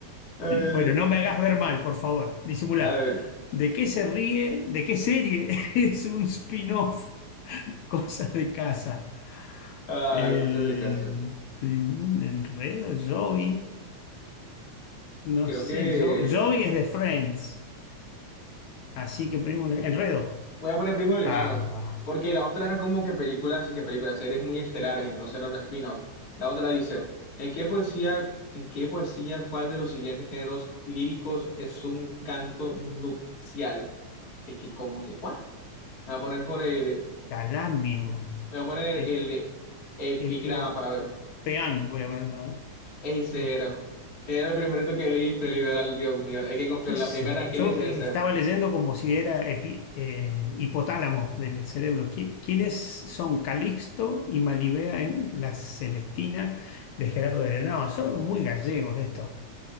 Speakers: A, on the left; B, on the left.
A: eh,
B: Bueno, no me hagas ver mal, por favor. Disimulá.
A: a ver,
B: ¿De qué se ríe? ¿De qué serie <laughs> es un spin-off? <laughs> Cosas de casa.
A: ah,
B: Eh,
A: cosas de casa.
B: pri- un enredo, Joey. No
A: Creo
B: sé,
A: que
B: yo, Joey es de Friends. Así que primo, le- enredo.
A: voy a poner Primo de Lejanos,
B: Ah,
A: porque las otras eran como que películas y que películas, series muy estelares, entonces no eran spin-offs. La otra dice, ¿en qué poesía, en qué poesía, cuál de los siguientes géneros líricos es un canto nupcial? Que, que como que, ¿cuál? Voy a poner por el,
B: epitalamio.
A: voy a poner
B: E-
A: el epigrama
B: eclo-
A: para ver.
B: peán, voy a poner yo, ¿eh?
A: Ese
B: Eh,
A: era. Era el primerito que leíste, literal, Dios mío. Hay que confiar.
B: ¿Qué
A: La
B: es,
A: primera
B: yo?
A: que lees es
B: Yo, eh,
A: esa.
B: estaba leyendo como si era epi- eh, hipotálamo del cerebro. ¿Qui- ¿Quiénes son Calixto y Malibea en La Celestina de Gerardo Heredia? No, son muy gallegos estos.